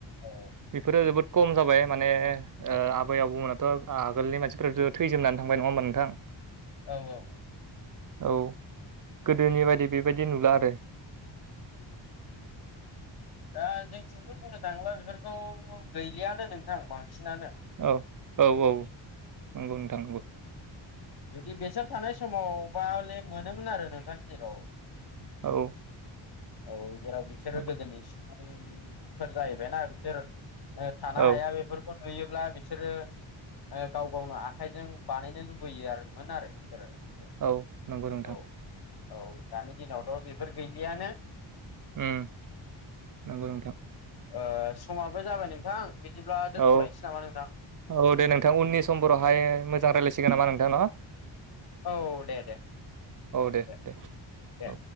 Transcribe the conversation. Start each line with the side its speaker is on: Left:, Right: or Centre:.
Left: औ
Right: बेफोरो जोबोद खम जाबाय माने ओ आबै आबौमोनाथ' आगोलनि मानसिफोराथ' थैजोमनानै थांबाय नङा होमबा नोंथां
Left: औ औ
Right: औ गोदोनि बायदि बेबादि नुला आरो
Left: ओम दा जोंथिंबो बुंनो थाङोब्ला बेफोरखौ गैलिआनो नोंथां बांसिनानो
Right: औ औ औ नोंगौ नोंथां नोंगौ
Left: औ <inaudible> जुदि बेसोर थानाय समावबाह'ले मोनोमोन आरो नोंथां जेराव बुं
Right: औ
Left: औ जेराव बिसोरो
Right: नंगौ
Left: गोदोनि सुबुंफोर जाहैबायना बिसोर ओ थानो
Right: औ
Left: हाया बेफोर नुयोब्ला बिसोरो ओ गाव गावनो आखाइजों बानायनो लुबैयो लुबैयो आरो मोन आरो बिसोरो
Right: औ नोंगौ नोंथां
Left: औ औ दानि दिनावथ' बेफोर गैलिआनो
Right: उम नोंगौ नोंथां
Left: ओ समाबो जाबाय नोंथां बिदिब्ला दोन्थ'लायसै
Right: औ
Left: नामा नोंथां
Right: औ दे नोंथां उननि समफोरावहाय मोजां रायज्लायसिगोन नामा नोंथां ना
Left: औ दे दे
Right: दे
Left: देह
Right: दे
Left: देह
Right: औ